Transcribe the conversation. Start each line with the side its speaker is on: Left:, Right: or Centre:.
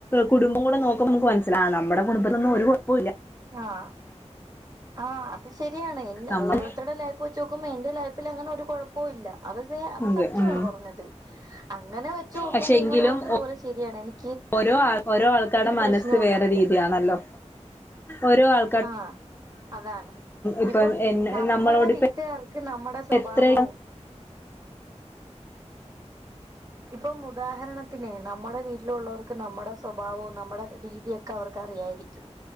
Left: കുടുംബംകൂടെനോക്കുമ്പോ നമുക്ക് മനസിലാ നമ്മുടെ കുടുംബത്തിലൊന്നും ഒരുകുഴപ്പമില്ല
Right: ആഹ് ആഹ് അത് ശരിയാണ് എൻ
Left: നമ്മ
Right: ഓരോരുത്തരുടെ ലൈഫ് വെച്ച് നോക്കുമ്പോ എന്റെ ലൈഫിൽ അങ്ങനെ ഒരു കൊഴ ല്ല അത് അത്
Left: അതെ
Right: സത്യമാണ്
Left: ഉം
Right: പറഞ്ഞത് അങ്ങനെ വെച്ച് നോക്കുമ്പോ
Left: പക്ഷെ
Right: നിങ്ങള്
Left: എങ്കിലും
Right: പറഞ്ഞത്പോലെ ശരിയാണ് ഇ നി
Left: ഓരോ ഓരോ ആൾക്കാരുടെ മനസ്സ്
Right: പ്രശ്നമൊന്നുമില്ല
Left: വേറെ രീതിയാണല്ലോ ഓരോ ആൾ
Right: ആഹ്അതാണ്
Left: ഇപ്പൊ
Right: ഇപ്പം
Left: എന്നെ
Right: നമ്മടെ
Left: നമ്മളോടിപ്പ
Right: വീട്ടുകാർക്ക് നമ്മുടെ സ്വഭാവവും
Left: എത്ര
Right: ഇപ്പം ഉദാഹരണത്തിന് നമ്മുടെ വീട്ടിലുള്ളവർക്ക് നമ്മുടെ സ്വഭാവവും നമ്മുടെ രീതിയൊക്കെ അവർക്ക് അറിയായിരിക്കും